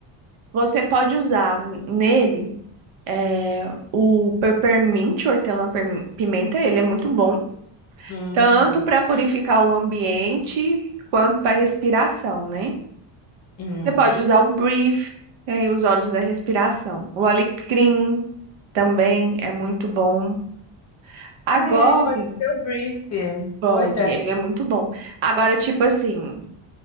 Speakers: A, on the right (about 75°); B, on the left (about 30°).
A: você pode usar n- nele é, o peppermint, o hortelã-pimenta. Ele é muito bom,
B: Hum,
A: tanto para purificar o ambiente quanto para respiração, né?
B: hum.
A: Você pode usar o brief, né, os óleos da respiração. O alecrim também é muito bom. Agora,
B: Ah, é, pode ser o brief.
A: pode,
B: Boa ideia.
A: ele é muito bom. Agora, tipo assim.